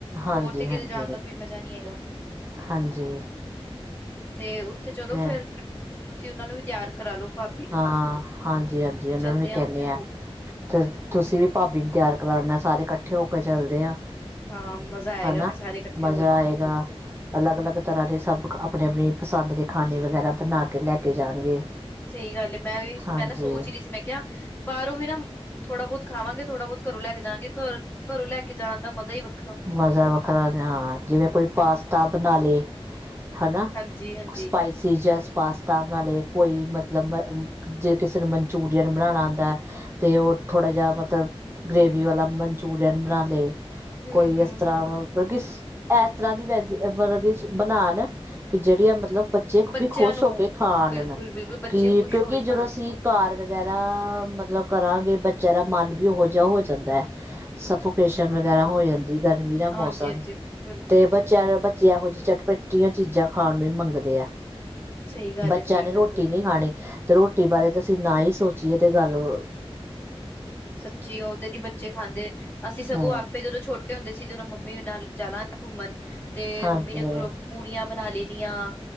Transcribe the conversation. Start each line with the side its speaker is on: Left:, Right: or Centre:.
Right: ਹਾਂਜੀ
Left: ਹੋਰ ਤੇ ਕਿਤੇ
Right: ਹਾਂਜੀ
Left: ਜਾਣ ਦਾ ਕੋਈ ਮਜ਼ਾ ਨੀ ਹੈਗਾ।
Right: ਹਾਂਜੀ
Left: ਤੇ ਉੱਥੇ ਚਲੋ
Right: ਤੇ
Left: ਫੇਰ ਕੱਠ ਅ ਤੁਸੀਂ ਉਨਾ ਨੂੰ ਵੀ ਤਿਆਰ ਕਰਾ ਲੋ ਭਾਬੀ ਨੂੰ
Right: ਹਾਂ ਹਾਂਜ ਜੀ ਹਾਂਜੀ
Left: ਫਿਰ
Right: ਉਹਨਾਂ
Left: ਚਲਦੇ
Right: ਨੂੰ ਵੀ
Left: ਆ
Right: ਕਹਿੰਦੇ
Left: ਉੱਥੇ ਹੋ
Right: ਆਂ, ਤੇ ਤੁਸੀਂ ਵੀ ਭਾਬੀ ਨੂੰ ਤਿਆਰ ਕਰਾ ਲੈਨਾ, ਸਾਰੇ ਕੱਠੇ ਹੋ ਕੇ ਚੱਲਦੇ ਆਂ।
Left: ਹਾਂ ਮਜ਼ਾ ਆਏਗਾ
Right: ਹਨਾ,
Left: ਫਿਰ ਸਾਰੇ ਇਕੱਠੇ
Right: ਮਜ਼ਾ
Left: ਹੋਰ
Right: ਆਏਗਾ।
Left: ਕੀ
Right: ਅਲੱਗ ਅਲੱਗ ਤਰ੍ਹਾਂ ਦੇ ਸਭ ਆਪਣੇ ਆਪਣੇ ਪਸੰਦ ਦੇ ਖਾਣੇ ਵਗੈਰਾ ਬਣਾ ਕ ਕੇ ਲੈ ਕੇ ਜਾਣਗੇ।
Left: ਈ ਗੱਲ ਏ, ਮੈਂ ਵੀ
Right: ਹਾਂਜੀ
Left: ਮੈਂ ਨਾ ਸੋਚ ਰਹੀ ਸੀ ਮੈਂ ਕਿਆ, ਬਾਹਰੋਂ ਵੀ ਨਾ ਥੋੜਾ ਬਹੁਤ ਖਾਵਾਂਗੇ ਥੋੜਾ ਬਹੁਤ ਘਰੋਂ ਲੈ ਕੇ ਜਾਂਗੇ। ਘਰ ਘਰੋਂ ਲੈ ਕੇ ਜਾਣ ਦਾ ਮਜ਼ਾ ਈ ਵੱਖ
Right: ਮਜ਼ਾ ਵੱਖਰਾ ਜ ਹਾਂ। ਜਿਵੇਂ ਕੋਈ ਪਾਸਤਾ ਬਣਾਲੇ ਹੈ ਨਾ
Left: ਹਾਂਜੀ ਹਾਂਜੀ
Right: ਸਪਾਈਸੀ ਜਿਆ ਪਾਸਤਾ ਬਣਾ ਲੇ, ਕੋਈ ਮਤਲਬ ਜੇ ਕਿਸੇ ਨੂੰ ਮਨਚੂਰੀਅਨ ਬਨਾਣਾ ਆਂਦਾ ਐ ਤੇ ਉਹ ਥੋੜ੍ਹਾ ਜਿਹਾ ਮਤਲਬ ਗ੍ਰੇਵੀ ਵਾਲਾ ਮਨਚੂਰੀਅਨ ਬਣਾ ਲੇ।
Left: ਹੂੰ
Right: ਕੋਈ
Left: ਹੂੰ
Right: ਇਸ ਤਰ੍ਹਾਂ
Left: ਹੂੰ
Right: ਮਲ ਕਿ ਏਸ ਤਰ੍ਹਾਂ ਦੀ ਵੈਜ ਮਤਲਬ ਕਿ ਬਨਾਣ ਕਿ ਜਿਹੜੀਆਂ ਮਤਲਬ ਬੱਚੇ
Left: ਬੱਚਿਆਂ
Right: ਵੀ ਖੁਸ਼
Left: ਨੂੰ
Right: ਹੋ ਕੇ ਖਾ
Left: ਬਿਲਕੁਲ
Right: ਲੈਣ
Left: ਬਿਲਕੁਲ ਬੱਚੇ
Right: ਕਿ
Left: ਖੁਸ਼
Right: ਕਿਉਂਕਿ
Left: ਹੋ ਕੇ
Right: ਜਦੋਂ
Left: ਖਾਣ
Right: ਅਸੀਂ ਘਰ ਵਗੈਰਾ ਮਤਲਬ ਕਰਾਂਗੇ ਬੱਚਿਆਂ ਦਾ ਮਨ ਵੀ ਉਹੋ ਜਿਹਾ ਹੋ ਜਾਂਦਾ ਐ, ਸਫੋਕੇਸ਼ਨ ਵਗੈਰਾ ਹੋ ਜਾਂਦੀ ਗਰਮੀ ਦਾ ਮੌਸਮ,
Left: ਹਾਂਜੀ ਹਾਂਜੀ ਬਿਲਕੁਲ
Right: ਤੇ ਬੱਚਿਆਂ ਦਾ, ਬੱਚੇ ਇਹੋ ਜਿਹੇ ਚਟਪਟ ਟੀਆਂ ਚੀਜ਼ਾਂ ਖਾਣ ਨੂੰ ਈ ਮੰਗਦੇ ਆ।
Left: ਸਹੀ ਗੱਲ
Right: ਬੱਚਿਆਂ
Left: ਹੈ ਸਹੀ
Right: ਨੇ
Left: ਗੱਲ
Right: ਰੋਟੀ
Left: ਹੈ
Right: ਨੀ ਖਾਣੀ। ਤੇ ਰੋਟੀ ਬਾਰੇ ਤਾਂ ਅਸੀਂ ਨਾ ਹੀ ਸੋਚੀਏ ਤੇ ਗੱਲ ਅਅ
Left: ਸੱਚੀ ਉਹ ਤੇ ਨੀ ਬੱਚੇ ਖਾਂਦੇ, ਅਸੀਂ ਸਗੋਂ
Right: ਹਮ
Left: ਆਪੇ ਜਦੋਂ ਛੋਟ ਟੇ ਹੁੰਦੇ ਸੀ, ਜਦੋਂ ਮੰਮੀ ਨਾਲ ਚਾਲਾਂ ਘੁੰਮਣ ਤੇ
Right: ਹਾਂਜੀ
Left: ਮੰਮੀ ਨੇ ਕੋ ਪੂੜੀਆਂ ਬਨਾ ਲੇਨੀਆ।